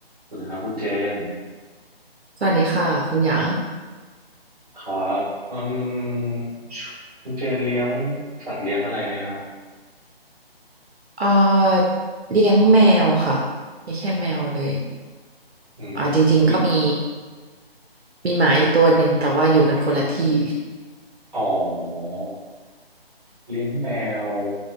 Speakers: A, on the right; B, on the right.
A: สวัสดีครับคุณเจน
B: สวัสดีค่ะคุณหยาง
A: ครับอืมชคุณเจนเลี้ยงสัตว์เลี้ยงอะไรไหมครับ
B: เอ่อเลี้ยงแมวค่ะไม่แค่แมวเลย
A: อืมกี่
B: อ่าจริงๆก็มีมีหมาอีกตัวหนึ่งแต่ว่าอยู่กันคนละที่
A: อ๋อเลี้ยงแมว